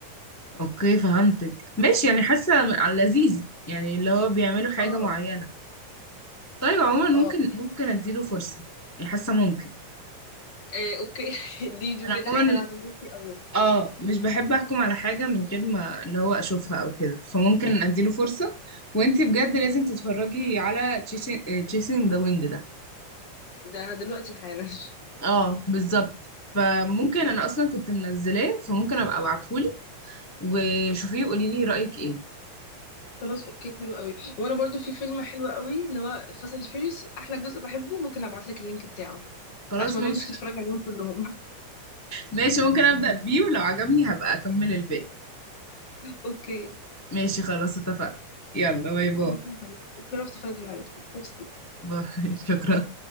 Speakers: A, on the left; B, on the left.
A: اوكي فهمتك ماشي يعني حاسه على اللذيذ يعني اللي هو بيعملوا حاجه
B: اه
A: معينه طيب عموما ممكن
B: اه
A: ممكن اديله فرصه يعني حاسه ممكن
B: آه، اوكي <laughs> دي دي
A: انا
B: بجد
A: عموما
B: حاجه حلوه هتنبسطي قوي
A: اه مش بحب احكم على حاجه من غير ما اللي هو اشوفها او كده فممكن اديله فرصه وانتي بجد لازم تتفرجي على تشيسنج ذا ويند ده
B: ده انا دلوقتي حالا <laughs>
A: اه بالظبط فممكن انا اصلا كنت منزلاه فممكن ابقى ابعتهولك وشوفيه وقولي لي رايك ايه
B: خلاص اوكي حلو قوي وانا برضو في فيلم حلو قوي اللي هو فاست اند فيوريوس احلى جزء بحبه ممكن ابعت لك اللينك بتاعه
A: خلاص
B: عشان ما
A: ماشي
B: تقعديش تتفرجي
A: لا.
B: عليهم كلهم
A: ماشي ممكن ابدا بيه ولو عجبني هبقى اكمل الباقي
B: <laughs> اوكي
A: ماشي خلاص اتفقنا يلا باي باي
B: ماشي يا حبيبتي. اتشرفت خالص معاكي ميرسي
A: باي <laughs> شكرا